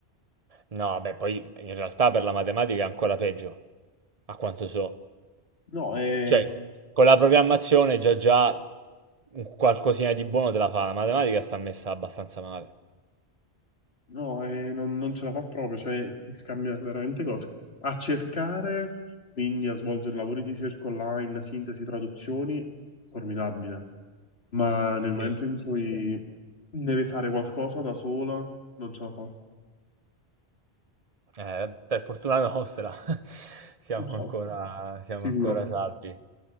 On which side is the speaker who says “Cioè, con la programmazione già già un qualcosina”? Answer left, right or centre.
Right